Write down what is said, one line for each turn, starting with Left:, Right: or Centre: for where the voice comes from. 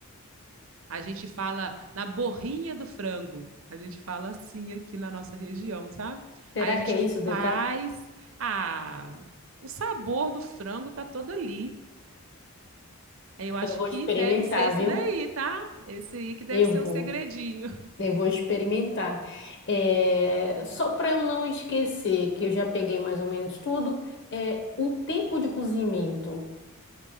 Right: A gente fala na borrinha do frango. A gente fala assim aqui na nossa região, sabe?
Left: <laughs> Será
Right: Aí a gente
Left: que é isso o detalhe?
Right: faz. Ah, o sabor do frango tá todo ali. Aí Eu acho
Left: Eu vou
Right: que
Left: experimentar,
Right: deve ser esse
Left: viu?
Right: daí, tá? Esse aí que deve
Left: Eu
Right: ser
Left: vou.
Right: o segredinho.
Left: Eu vou experimentar. É, Só para eu não esquecer, que eu já peguei mais ou menos tudo, é... o tempo de cozimento